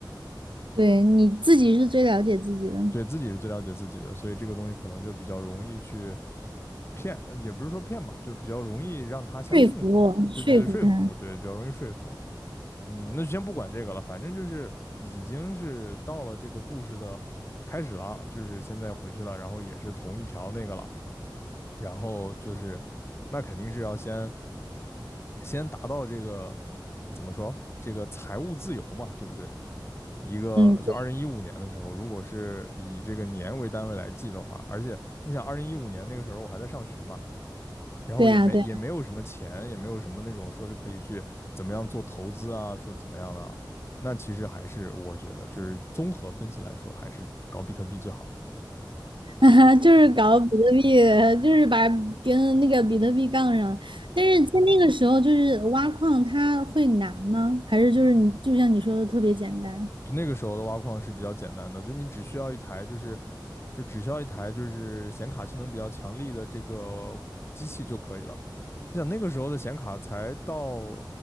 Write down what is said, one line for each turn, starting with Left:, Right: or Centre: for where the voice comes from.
Right: 对，你自己是最了解自己的，
Left: 对自己是最了解自己的，所以这个东西可能就比较容易去骗，也不是说骗嘛，就是比较容易让他相信我，
Right: 说服我，
Left: 对对对，
Right: 说服他。
Left: 说服，对，比较容易说服。嗯，那就先不管这个了，反正就是已经是到了这个故事的开始了，就是现在回去了，然后也是同一条那个了，然后就是那肯定是要先先达到这个怎么说这个财务自由嘛，对不对？一个就二零一五年的时候，
Right: 嗯，对
Left: 如果是以这个年为单位来记的话，而且你想二零一五年那个时候我还在上学嘛，然后也没也没有什么钱，
Right: 对啊，对啊，
Left: 也没有什么那种说是可以去怎么样做投资啊，说怎么样的啊，那其实还是我觉得，就是综合分析来说，还是搞比特币最好。
Right: <laughs> 就是搞比特币，就是把跟那个比特币杠上。但是在那个时候，就是挖矿它会难吗？还是就是你就像你说的特别简单？
Left: 就那个时候的挖矿是比较简单的，就你只需要一台，就是就只需要一台就是显卡性能比较强力的这个机器就可以了。你想那个时候的显卡才到